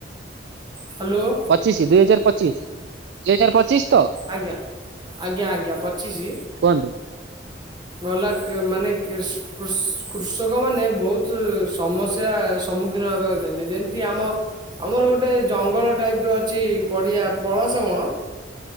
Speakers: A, on the right; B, on the right.
A: ହ୍ୟାଲୋ
B: ଚି ସି ଦୁଇ ହଜାର ପଚିଶ, ଦୁଇ ହଜାର ପଚିଶ! ତ
A: ଆଜ୍ଞା, ଆଜ୍ଞା ଆଜ୍ଞା ପଚିଶି!
B: କୁହନ୍ତୁ
A: ଗଲା କି ଏ ମାନେ କିସ କୃଷ କୃଷକ ମାନେ, ବହୁତ ସମସ୍ୟା ସମ୍ମୁଖୀ ଦିନ ହବାକୁ ଚାଉଛନ୍ତି, ଯେମିତି ଆମ ଆମର ଗୋଟେ ଜଙ୍ଗଲ ଟାଇପ୍ର ଅଛି ପଡ଼ିଆ, ପଳସ ବଣ